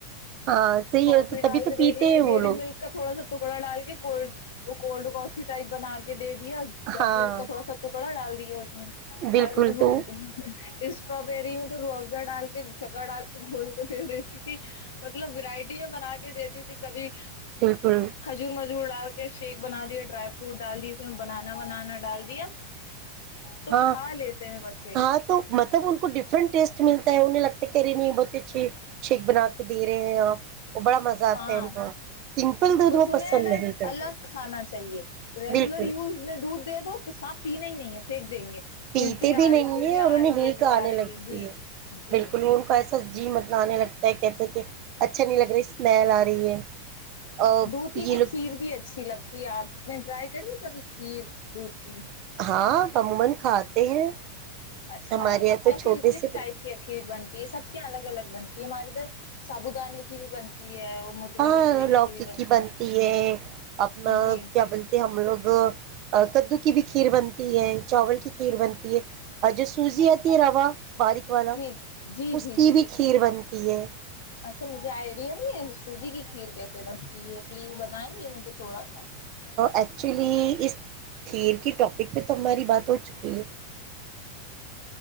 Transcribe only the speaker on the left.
کافی
ڈال
کے دے
دیا
ڈیری
ملک کا تھوڑا سا ٹکڑا ڈال کے کوڈ وہ کولڈ کافی ٹائپ بنا کے دے دیا چاکلیٹ
کا تھوڑا سا ٹکڑا ڈال دیا ج
<inaudible> اور ر
اسٹروابری میں تو رو افزا ڈال کے سگا ڈال کے گھول کر دے دیتی تھی وورائٹں بنا کے دیتی تھی کبھی
کھجور م ڈال کے شیک بنا دییا ڈرائی فروٹ ڈال دی اس میں بنانا ونانا ڈال دیا تو
کھا لیتے ہیں بچے
ہاں
بس
انہیں
ہے نا
الگ کھانا چاہیے ریگولر
یوز دودھ وہ صاب پینا ہی نہیں ہے پنک دیں گے
الٹی آ
رہی ہے یہ
آ
رہی
ہے وہ
آ رہی
جی
جی
دھود ہی کہیا
کھیر بھی اچھی لگتی آپ نے ٹرائی کری کبھی کھیر دودھ کی
اچھا
کیسی
کس
ٹائپ کی اخییر بنتی ہے سب کے الگ الگ بنتی ہے ہمارے ادھر سابو دانے کی بھی بنتی ہے اور موٹی
والی سوئیوں
کی بھی
جی
اچھا
جی جی جی
جی
جی
اچھا مجھے آئیڈیا نہیں ہے سوجی کی کھیر کیسے بنتی ہے پلیز بتائیں گے مجھے تھوڑا سا